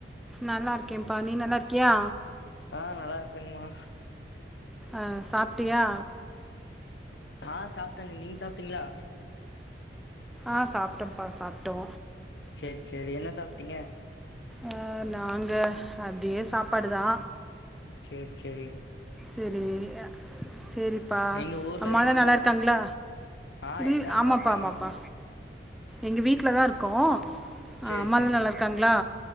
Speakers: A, in the centre; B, on the left (about 80°).
A: நல்லா இருக்கேன்ப்பா நீ நல்லா இருக்கியா
B: ஆஹ் நல்லா இருக்குறங்கமா
A: அஹ் சாப்பிட்டியா
B: ஆஹ் சாப்பிட்டங்க நீங்க சாப்பிட்டீங்களா
A: ஆ சாப்ட்டப்பா சாப்ட்டோ
B: சரி சரி என்ன சாப்பிட்டீங்க
A: ஆ நாங்க அப்டியே சாப்பாடு தா
B: சேரி சேரி
A: <unintelligible> சேரிப்பா
B: எங்க ஊர்ல
A: அம்மால்லா
B: இருக்கிறீங்களோ
A: நல்லா இருக்காங்களா
B: ஆ
A: ம்
B: எல்லா
A: ஆமாப்பா
B: நல்லா இருக்காங்க
A: ஆமாப்பா எங்க வீட்ல தா இருக்கோ அ
B: சேரி
A: அம்மால்லா
B: சேரி
A: நல்லா இருக்காங்களா